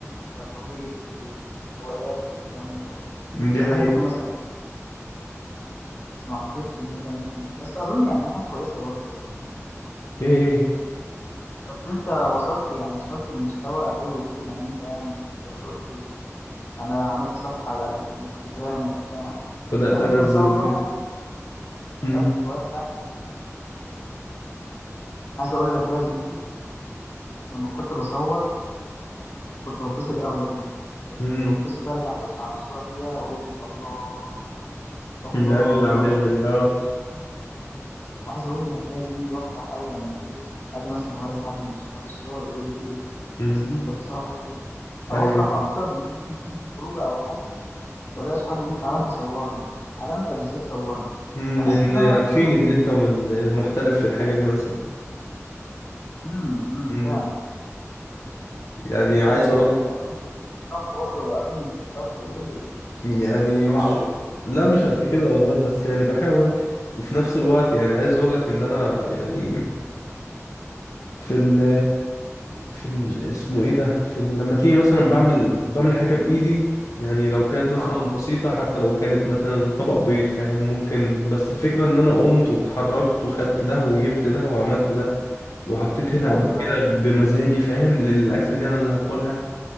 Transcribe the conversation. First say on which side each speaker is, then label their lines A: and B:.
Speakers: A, on the left; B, on the left.
A: رفاهيه ال- الهوايات والكلام ده
B: دي
A: انت
B: حقيقة
A: ممكن مثلا بس ما اعتقدش ان انت ممكن بس اظن يعني هي حاجه كويسه برضه
B: إيه هي
A: بس انت وصلت يعني وصلت لمستوى حلو فيها ان انت يعني انت بتقول لي انا عملت صفحة على الانستجرام وبتاع
B: بدأت
A: يعني
B: أنزل
A: انت ما شاء الله
B: وكده
A: شغال
B: امم
A: في الهواية بتاعتك عايز اقول لك بقى يا زميلي لما كنت بصور كنت بتبسط قوي يا زميلي كنت
B: امم
A: بتبسط ارجع ابص على الصورة كده واقول الله الله
B: ده اللي أعملها
A: انا
B: دي آه
A: الصور الصورة دي وعايز اقول لك بقى يا زميلي بفرح قوي لما ايه اجي مثلا اوري حد من صحابي الصور ويقول لي ايه
B: امم
A: يا زميلي انت بتصور حلو
B: أيوه
A: او افرح اكتر لما مثلا نكون في خروجه او حاجه ولا اصحابي يقولوا لي تعالى انت صورني تعالى انت بالذات صورني
B: مم،
A: بحس
B: لأن
A: ان انا
B: عارفين
A: فعلا عندي
B: إن
A: الموضوع
B: أنت المحترف في الحاجة دي مثلا
A: امم امم
B: مم،
A: فعلا
B: يعني عايز
A: وانت
B: أقول
A: انت انت الطبخ برضه اظن انت الطبخ ايه
B: يعني
A: اوعى
B: مش
A: وش
B: لا مش قد كده والله بس يعني بحاول وفي نفس الوقت يعني عايز أقول لك إن أنا يعني في ال في ال اسمه إيه ده في ال... لما تيجي مثلا بعمل بعمل حاجة بإيدي يعني لو كانت مثلا
A: اه
B: بسيطة حتى لو كانت مثلا طبق بيض فاهم ممكن بس الفكرة إن أنا قمت واتحركت وخدت ده وجبت ده وعملت ده وحطيت هنا
A: ايوه
B: قد كده بمزاجي فاهم للأكلة دي أنا اللي هاكلها